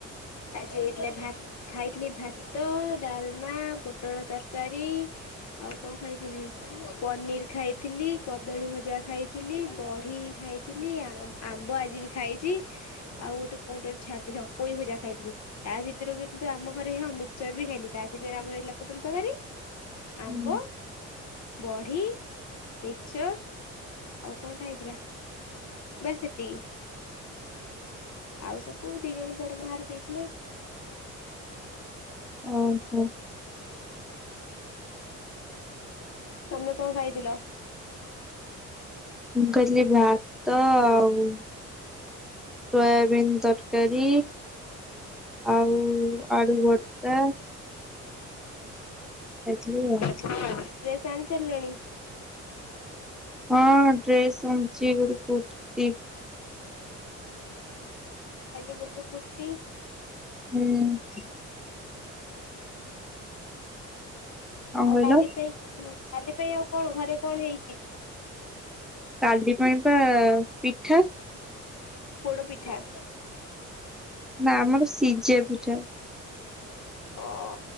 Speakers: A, on the left (about 60°); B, in the centre.
A: ଆଜି ହେଇଥିଲା ଭାତ। ଖାଇଥିଲି ଭାତ, ଡାଲମା, ପୋଟଳ ତରକାରୀ। ଆଉ କଣ ଖାଇଥିଲି। ପନିର ଖାଇଥିଲି, କଦଳୀ ଭଜା ଖାଇଥିଲି, ବଢି ଖାଇଥିଲି ଆମ୍ୱ ଆମ୍ବ ଆଜି ବି ଖାଇଛି। ଆଉ ଗୋଟେ କଣଟା ଛାଡିଦେଲି ପୋଇ ଭଜା ଖାଇଥିଲି। ତା ଭିତରୁ କିନ୍ତୁ ଆମ ଘରେଇ ହେଇନଥିଲା ମିକସର ବି ହେଇନି। ତା ଭିତରେ ଆମର ହେଇଲା ପୋଟଲ ତରକାରୀ। ଆମ୍ବ,
B: ହୁଁ।
A: ବଢ଼ି, ମିକ୍ଚର୍। ଆଉ କଣଟା ହେଇଥିଲା ବାସ୍ ଏତିକି। ଆଉ ସବୁ ଦି ଜଣ ବଡ ମା ଘର ଦେଇଥିଲେ।
B: ଓହୋ।
A: ତମେ କଣ ଖାଇଥିଲ?
B: ମୁଁ ଖାଇଥିଲି ଭାତ ଆଉ ସୋୟାବିନ୍ ତରକାରୀ ଆଉ ଆଳୁ ଭର୍ତା। ଖାଇଥିଲି ଆଉ।
A: ହଁ ଡ୍ରେସ୍ ଆଣି ସାରିଲଣି?
B: ହଁ ଡ୍ରେସ୍ ଆଣିଛି ଗୋଟେ କୃତି।
A: ଖାଲି ଗୋଟେ କୁର୍ତ୍ତିୀ।
B: ହୁଁ। କଣ
A: ଆଉ
B: କହିଲ
A: କାଲି ପାଇଁ କାଲି ପାଇଁ ଆଉ କଣ ଘରେ କଣ ହେଇଛି।
B: କାଲି ପାଇଁ ପା ପିଠା।
A: ପୋଡ଼ପିଠା।
B: ନା ଆମର ସିଜା ପିଠା।
A: ଅଁ